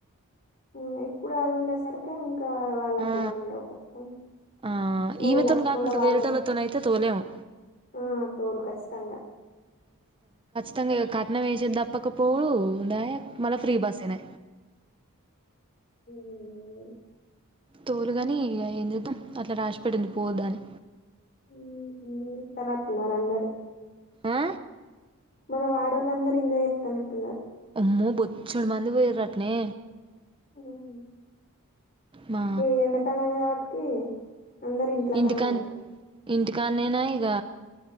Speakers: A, on the left (about 40°); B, on the right (about 25°).
A: ఉ ఇప్పుడు అది ఉండేసరికి ఇంకా వాళ్ళకి
B: ఆ
A: ఏమన్నా డౌట్ వత్త,
B: ఆ
A: మళ్ళా
B: ఈమెతోని కాకుండా
A: మళ్ళా వాళ్ళ,
B: వేరేటోళ్ళతోని అయితే తోలేము
A: ఆ తోలు కచ్చితంగా
B: తంగా ఏవొ కట్నం ఏసేది దప్పకపో డాయె మళ్ళా ఫ్రీ బస్స్ ఎనె
A: అ
B: తోలుగాని ఇగ ఏం చేద్దాం, అట్లా రాసి పెడింది పోద్ద్ అని
A: హు, త్తన నత్తినార్ అందరు
B: ఆ
A: మన వాడోళ్ళందరు ఎంజాయ్ చేత్తనట్టున్నారు.
B: ఆమ్మో బొచ్చడు మంది పోయిర్ర్ రట్నే
A: అవును
B: మా
A: ఏ ఎండకాలమ కాబటికి అందరు ఇంట్లకానే
B: ఇంటికా
A: ఉంటారు
B: ఇంటికాన్నేనా ఇక